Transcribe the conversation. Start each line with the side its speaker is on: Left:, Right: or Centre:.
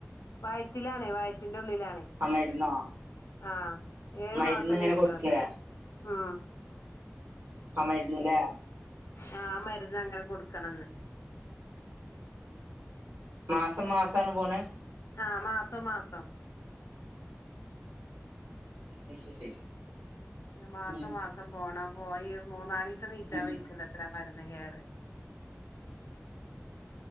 Left: വയറ്റിലാണേ വയറ്റിന്റെ ഉള്ളിലാണേ
Right: ആ മരുന്നോ
Left: ആഹ് ഏഴ്
Right: മരുന്ന്
Left: മാസം
Right: ഇങ്ങനെ
Left: കെയിറ്റണത്തരെ
Right: കൊടുക്കേ
Left: ഉം
Right: ആ മര്ന്ന് ല്ലേ
Left: ആഹ് ആ മര്ന്ന് അങ്ങനെ കൊട്ക്കണംന്ന്
Right: മാസം മാസാണ് പോണഹ്
Left: ആഹ് മാസം മാസം
Right: അയ് ശരി
Left: ന്ന് മാസം
Right: ഉം
Left: മാസം പോണം പോയി മൂന്നാലിസം നീചാം
Right: ഉം
Left: വെക്കൂലത്രെ ആ മര്ന്ന് കേറിയാല്